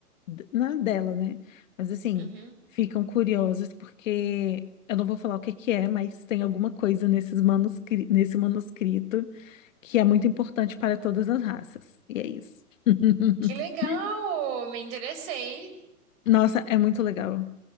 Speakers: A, on the left (about 55°); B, on the right (about 40°).
A: d- na dela, né? Mas assim,
B: Uhum.
A: ficam curiosas porque eu não vou falar o que que é, mas tem alguma coisa nesses manuscri nesse manuscrito que é muito importante para todas as raças. E é isso. <laughs>
B: Que legal. Me interessei.
A: Nossa, é muito legal.